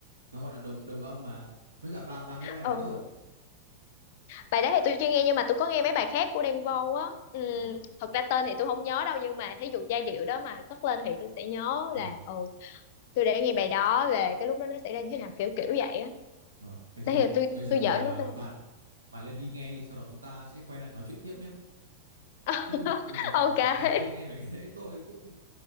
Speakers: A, on the right; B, on the left.
A: nó gọi là đồng đồng âm mà với cả bà bà nghe bài
B: Ừ.
A: đấy chưa
B: Bài đó thì tôi chưa nghe nhưng mà tôi có nghe mấy bài khác của Đen Vâu á. Ừ,
A: Ủa,
B: thật ra tên thì tôi không nhớ đâu nhưng mà thí dụ giai điệu đó mà cất lên thì tôi sẽ nhớ
A: ờ,
B: là ừ tôi đã nghe bài đó về cái lúc đó nó xảy ra như thế nào kiểu kiểu vậy á
A: ờ. thế thì
B: đấy là tôi
A: bây giờ
B: tôi
A: bà
B: giỡn nó tên
A: bà bà lên đi nghe đi sau đó chúng ta sẽ quay lại nói chuyện tiếp nhé
B: <laughs>
A: chứ bây giờ bà,
B: ok
A: bà chưa nghe về cái đấy <laughs> tôi cũng